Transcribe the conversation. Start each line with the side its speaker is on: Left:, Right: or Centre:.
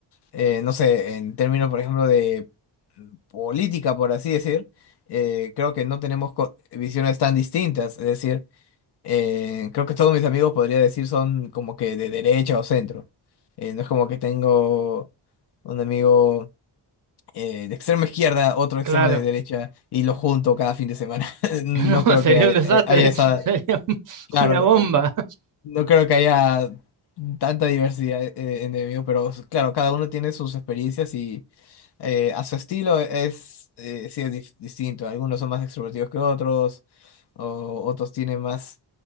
Left: Eh, no sé, en términos, por ejemplo, de política, por así decir, eh, creo que no tenemos co- visiones tan distintas. Es decir, eh, creo que todos mis amigos podría decir son como que de derecha o centro. Eh, no es como que tengo un amigo eh, de extremo izquierda, otro extremo
Right: Claro,
Left: de derecha, y lo junto cada fin de semana. <laughs> No
Right: No,
Left: creo
Right: sería
Left: que haya,
Right: un desastre,
Left: eh, haya esa,
Right: <laughs> sería
Left: claro,
Right: una bomba.
Left: eh, no creo que haya tanta diversidad eh, eh, en el mío, pero claro, cada uno tiene sus experiencias y eh, a su estilo es, eh, sí es dif- distinto. Algunos son más extrovertidos que otros, o otros tienen más...